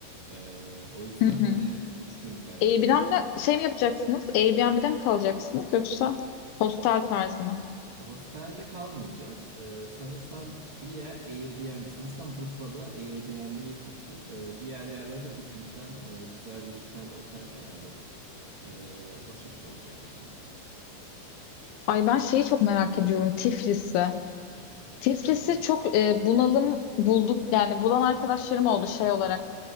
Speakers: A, on the right; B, on the left.
A: E, o yüzden
B: Hı hı.
A: hani 3 günlük ayarlayabildik.
B: Airbnb'de şey mi yapacaksınız? Airbnb'de mi kalacaksınız yoksa hostel tarzı mı?
A: Hostelde kalmayacağız. Ee, sanırsam bir yer Airbnb. Sanırsam Budva'da Airbnb tuttuk. Ee, diğer yerlere de Booking'den e, güzel bir iki tane otel ayarladık. Ee, o şekil olacak yani.
B: Ay ben şeyi çok merak ediyorum Tiflis'i. Tiflis'i
A: Hmm,
B: çok e, bunalım bulduk yani bulan arkadaşlarım oldu şey olarak